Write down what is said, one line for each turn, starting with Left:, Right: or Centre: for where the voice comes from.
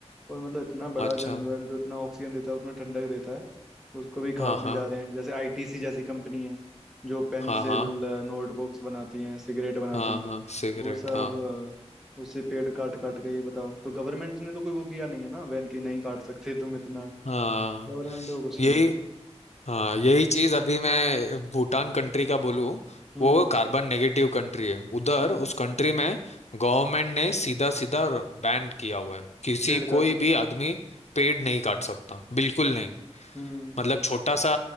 Centre: और मतलब इतना बड़ा
Left: अच्छा
Centre: जंगल जो इतना ऑक्सीजन देता है उतना ठंडक देता है उसको भी काटने
Left: हाँ हाँ
Centre: जा रहे हैं जैसे आईटीसी जैसी कंपनी है जो पेंसिल
Left: हाँ हाँ
Centre: नोटबुक्स बनाती हैं सिगरेट बनाती
Left: हाँ
Centre: हैं
Left: हाँ सिगरेट
Centre: वो सब
Left: हाँ
Centre: अ, उससे पेड़ काट काट के ये बताओ तो गवर्नमेंट ने तो कोई वो किया नहीं है ना बैन कि नहीं काट सकते तुम इतना
Left: हाँ
Centre: गवर्नमेंट को कुछ
Left: यही
Centre: नहीं है
Left: हाँ यही चीज अभी मैं भूटान कंट्री का बोलूँ
Centre: हम्म
Left: वो कार्बन नेगेटिव कंट्री है उधर
Centre: हम्म
Left: उस कंट्री में गवर्नमेंट ने सीधा सीधा बैन किया हुआ है किसी
Centre: पेड़ काटने
Left: कोई
Centre: को
Left: भी आदमी पेड़ नहीं काट सकता बिल्कुल नहीं
Centre: हम्म
Left: मतलब छोटा सा